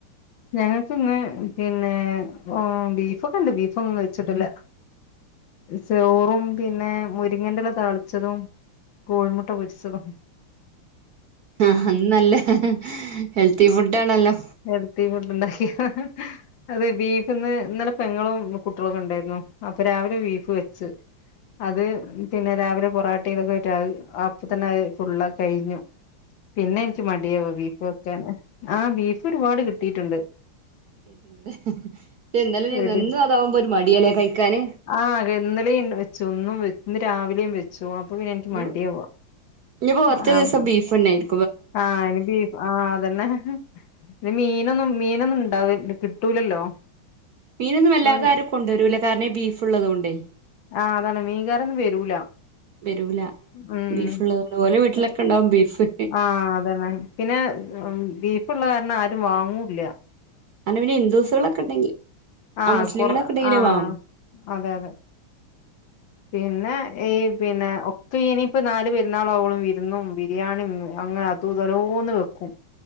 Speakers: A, on the left; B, on the right.
A: ഞങ്ങൾക്കിന്ന് പിന്നെ ബീഫൊക്കെ ഉണ്ട് ബീഫ് ഒന്നും വെച്ചിട്ടില്ല ചോറും പിന്നെ മുരിങ്ങണ്ടല താളിച്ചതും കോഴിമുട്ട പൊരിച്ചതും
B: ആഹ് നല്ല ഹെൽത്തി ഫുഡ് ആണല്ലോ
A: ഹെൽത്തി ഫുഡ് ഉണ്ടാക്കി അതെ വീട്ടീന്ന് ഇന്നലെ പെങ്ങളും കുട്ടികളൊക്കെ ഉണ്ടായിരുന്നു അപ്പൊ രാവിലെ ബീഫ് വെച്ച് അത് പിന്നെ രാവിലെ പൊറാ <unintelligible> അപ്പ തന്നെ ഫുള്ള് കഴിഞ്ഞു പിന്നെ എൻക് മടിയാവാ ബീഫ് വെക്കാൻ ആ ബീഫ് ഒരുപാട് കിട്ടിട്ടുണ്ട്
B: കിട്ടിയിട്ടുണ്ട് പക്ഷെ ഇന്നലെ
A: <unintelligible>
B: എന്നും അതാവുമ്പോ ഒരു മടിയാല്ലേ കഴിക്കാന്
A: ആഹ് ഇന്നലേം വെച്ച് ഇന്നും വെ ഇന്ന് രാവിലെയും വെച്ചു
B: <unintelligible>
A: പിന്നെ എനിക്ക് മടിയാവ
B: നീപ്പോ കുറച്ച്
A: ആഹ്
B: ദിവസം ബീഫ് തന്നായിരി
A: ആഹ് അന് ബീഫ് ആഹ് അതന്നെ ഇനി മീനൊന്നും മീനൊന്നും ഇണ്ടാവ കിട്ടൂലല്ലോ
B: മീനൊന്നും വല്ലാതെ
A: ഇപ്പം
B: ആരും കൊണ്ടുവരൂല കാരണം ബീഫ് ഉള്ളതൊണ്ടേ
A: ആഹ് അതാണ് മീൻകാരൊന്നും വരൂല
B: വെരൂല
A: ഉം
B: ബീഫ്ള്ളതോണ്ട് ഓലെ വീട്ടിലൊക്കെ ഉണ്ടാവും ബീഫ്
A: ആഹ് അതന്നെ പിന്നെ ബീഫ്ള്ള കാരണം ആരും വാങ്ങൂല്ല
B: അന പിന്നെ ഹിന്ദൂസുകളൊക്കെ ഉണ്ടെങ്കി
A: ആഹ്
B: ആ മുസ്ലിങ്ങളൊക്കെ
A: കൊറ
B: ഉണ്ടെങ്കിലെ
A: ആഹ്
B: വാങ്ങു
A: അതെ അതെ പിന്നെ ഈ പിന്നെ ഒക്കെ ഇനിപ്പ നാല് പെരുന്നാളാവോളം വിരുന്നും ബിരിയാണിം അങ്ങ അതും ഇതൊരുന്നു വെക്കും